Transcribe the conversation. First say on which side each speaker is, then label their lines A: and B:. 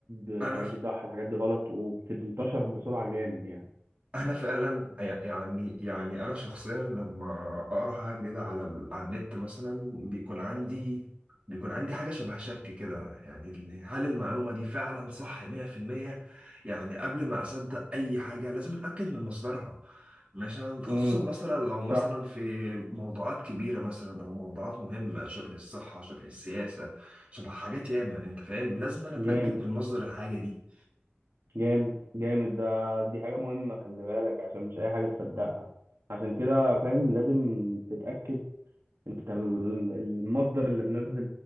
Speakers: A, on the right; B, on the right.
A: الحاجات
B: انا
A: دي صح الحاجات دي غلط وبتنتشر بسرعة جامد يعني
B: انا فعلا يعني يعني انا شخصيا لما اقرا حاجه جديده على ال- على النت مثلا بيكون عندي بيكون عندي حاجه شبه شك كده يعني ال- هل المعلومه دي فعلا صح 100% يعني قبل ما اصدق اي حاجه لازم اتاكد من مصدرها مثلا خصوصا
A: امم
B: مثلا لو مثلا
A: صح
B: في موضوعات كبيره مثلا او موضوعات مهمه شبه الصحه شبه السياسه شبه حاجات ياما انت فاهم لازم انا اتاكد
A: جامد
B: من مصدر الحاجه دي
A: جامد جامد ده دي حاجة مهمة خلي بالك عشان مش أي حاجة تصدقها عشان كده فاهم لازم تتأكد انت ال- المصدر اللي منزل